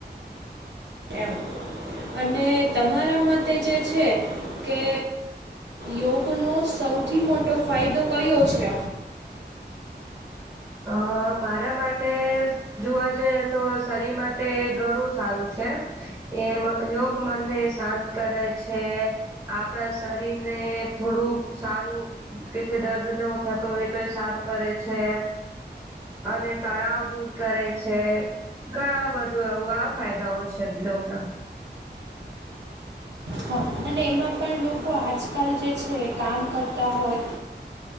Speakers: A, on the right (about 80°); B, on the right (about 15°).
A: એમ અને તમારા મતે જે છે કે યોગનો સૌથી મોટો ફાયદો કયો છે.
B: અ મારા માટે જોવા જઈએ તો શરીર મા એ ઘણું સારું છે એ મ યોગ મન ને શાંત કરે છે. આપડા શરીર ને થોડુંક સારું કે જે દર્દ ન એવું થતો હોય તો એ સારું કરે છે. અને તણાવ દૂર કરે છે. ઘણા બધું એવું આ ફાયદાઓ છે યોગ ના
A: હા અને એમાં પણ લોકો આજકાલ જે છે કામ કરતા હોય.